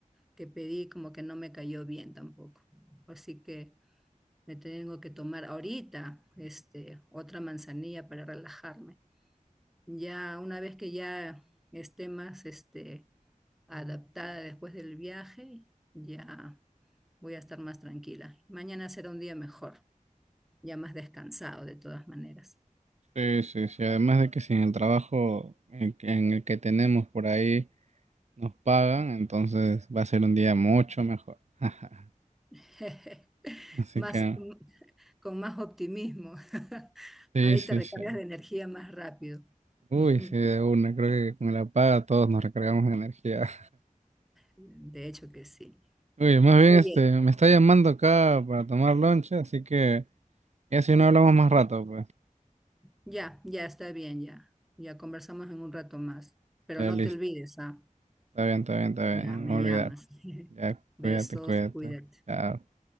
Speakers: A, in the centre; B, on the right.
A: que pedí como que no me cayó bien tampoco. Así que me tengo que tomar ahorita este, otra manzanilla para relajarme. Ya una vez que ya esté más este, adaptada después del viaje, ya voy a estar más tranquila. Mañana será un día mejor, ya más descansado de todas maneras.
B: Sí, sí, sí, además de que si en el trabajo en, que- en el que tenemos por ahí nos pagan, entonces va a ser un día mucho mejor. <laughs>
A: <laughs>
B: Así
A: Más,
B: que,
A: mm, con más optimismo. <laughs>
B: sí,
A: Ahí
B: sí,
A: te recargas
B: sí.
A: de energía más rápido.
B: Uy,
A: <laughs>
B: sí, de una, creo que con la paga todos nos recargamos de energía.
A: De hecho que sí.
B: <laughs> Uy, más bien,
A: Oye,
B: este, me está llamando acá para tomar lonche, así que ya si no hablamos más rato, pues.
A: Ya, ya está bien, ya. Ya conversamos en un rato más. Pero
B: Ya
A: no
B: listo.
A: te olvides, ¿ah?
B: Está bien, está bien, está bien.
A: Ya
B: No
A: me
B: me voy
A: llamas.
B: a olvidar.
A: <laughs>
B: Ya,
A: Besos,
B: cuídate, cuídate.
A: cuídate.
B: Chao.